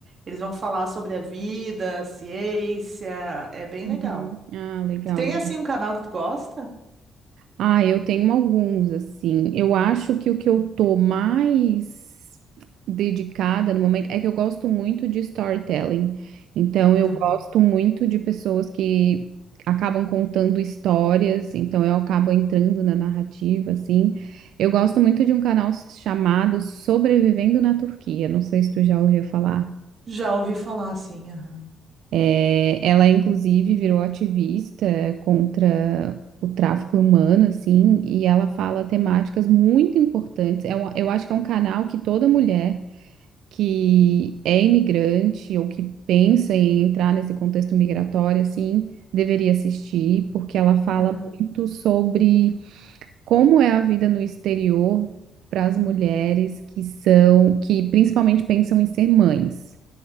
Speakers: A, on the right (about 45°); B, on the right (about 80°).
A: eles vão falar sobre a vida, a ciência, é bem
B: uhum.
A: legal.
B: Ah, legal,
A: Tu tem
B: legal.
A: assim um canal que tu gosta?
B: Ah, eu tenho alguns, assim. Eu acho que o que eu tô mais dedicada no momento é que eu gosto muito de storytelling. Então, eu
A: Aham.
B: gosto muito de pessoas que acabam contando histórias, então eu acabo entrando na narrativa, assim. Eu gosto muito de um canal chamado Sobrevivendo na Turquia. Não sei se tu já ouviu falar.
A: Já ouvi falar assim, aham.
B: É, ela, inclusive, virou ativista contra o tráfico humano, assim, e ela fala temáticas muito importantes. É um- eu acho que é um canal que toda mulher que é imigrante ou que pensa em entrar nesse contexto migratório, assim, deveria assistir, porque ela fala
A: Aham.
B: muito sobre como é a vida no exterior para as mulheres que são, que principalmente pensam em ser mães.